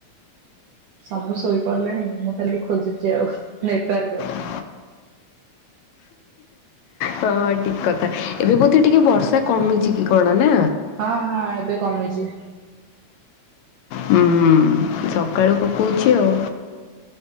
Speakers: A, on the right; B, on the left.
A: ସବୁ ଶୋଇପଡିଲେଣି ମୁଁ ଖାଲି ଖୋଜୁଛି ଆଉ ନେଟୱାର୍କ।
B: <inaudible> ହଁ ଠିକ କଥା ଏବେ ବୋଧେ ଟିକେ ବର୍ଷା କମିଛି କି କଣ ନା।
A: ହଁ ହଁ ଏବେ କମିଛି।
B: ହୁଁ ସକାଳୁ ପକଉଛି ଆଉ।